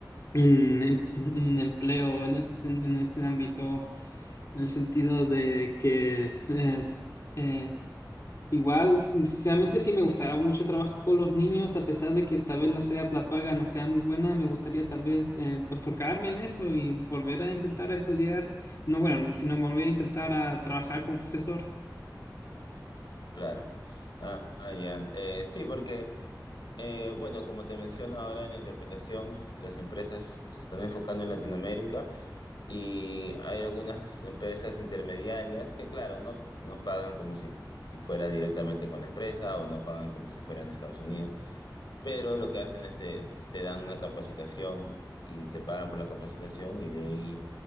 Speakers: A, on the left; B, on the left.
A: un, em- un empleo en ese, sen- en ese ámbito, en el sentido de que es, eh, eh, igual, sinceramente sí me gustaba mucho trabajar con los niños, a pesar de que tal vez la, sea, la paga no sea muy buena, me gustaría tal vez eh, enfocarme en eso y volver a intentar a estudiar, no bueno, sino volver a intentar a trabajar como profesor.
B: claro. Ah, ah, ya. Eh, sí, porque, eh, bueno, como te menciono ahora en la interpretación, las empresas se están enfocando en Latinoamérica y hay algunas empresas intermediarias que, claro, no, no pagan como si, si fuera directamente con la empresa o no pagan como si fuera en Estados Unidos. Pero lo que hacen es te, te dan una capacitación y te pagan por la capacitación y de ahí